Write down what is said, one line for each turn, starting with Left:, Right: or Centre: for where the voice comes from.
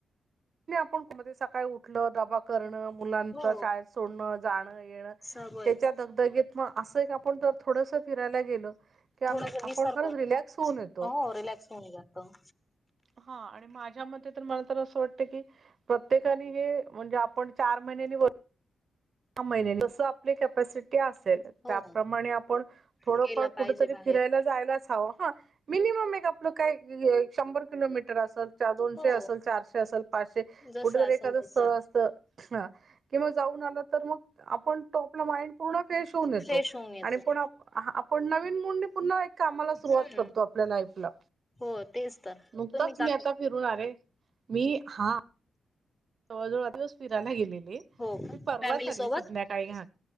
Right: आप सकाळी उलबा कर मुलां
Left: हो.
Right: शाळेत सोड जाण येण
Left: सवय
Right: त्याच्या दगदगीत अस आपण थोडस ला गे आप
Left: थोडस विसर
Right: खक्
Left: पण
Right: होऊन येतो
Left: हो रिलॅक्स होऊन जातं.
Right: हा आणि माझ्या म तर मला तर अस क प्रत्येकाने हे म्हणजे आपण चार महिन्यानी सहा महिने जस आपले कॅपॅसिटी असेल
Left: हो.
Right: त्याप्रमाणे आपण थोडफार
Left: गेलं पाहिजे
Right: कुठरी
Left: बाहेर.
Right: फिरायला जायलाच हवं ह मिनिमम एक आपलं काय शंभर किलोमीटर असेल दोनशे
Left: हो.
Right: असेल चारशे असल पाचशे
Left: जसं
Right: कुठेतरी
Left: असेल
Right: एखादं
Left: तसं
Right: स्थळ असत ह किंवा जाऊन आला तर मग आपण तो आपला माइंड पूर्ण शऊन येतो
Left: फ्रेश होऊन येतो.
Right: आणि पण आपण नवीन मुंडे पुन्हा एक कामाला सुरुवात
Left: हम्म.
Right: करतो आपल्या लाईफला
Left: हो तेच तर
Right: नुकताच
Left: तुम्ही
Right: मी
Left: ज
Right: आता फिरून आले मी हा जवळजवळ दिवस फिरायला गेलेले
Left: हो का
Right: मी परवा
Left: फॅमिली
Right: चाली
Left: सोबत?
Right: संध्याकाळी घ